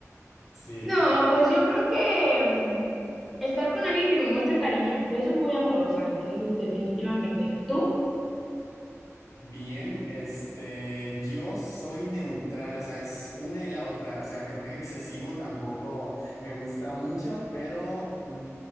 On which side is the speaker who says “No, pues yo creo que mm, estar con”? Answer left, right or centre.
Centre